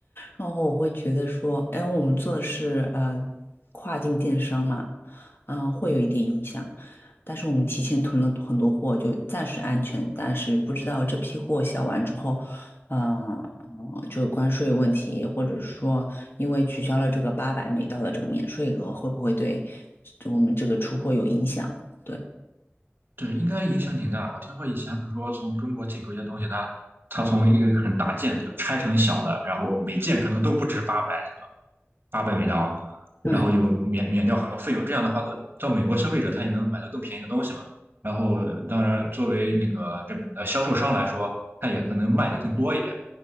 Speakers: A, on the left; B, on the right.
A: 然后我会觉得说，哎，我们做的是呃跨境电商嘛，嗯、会有一点影响，但是我们提前囤了很多货，就暂时安全，但是不知道这批货销完之后，嗯、呃，就有关税问题，或者是说因为取消了这个八百美刀的这个免税额，会不会对我们这个出货有影响？对。
B: 对，应该影响挺大。我听说以前比如说从中国进口一些东西，它它从一个很大件就拆成小的，然后每件可能都不止八百八百美刀，
A: 对
B: 然后就免免掉很多费用。这样的话，到到美国消费者他也能买到更便宜的东西嘛。然后，当然作为那个这呃销售商来说，他也可能卖的更多一点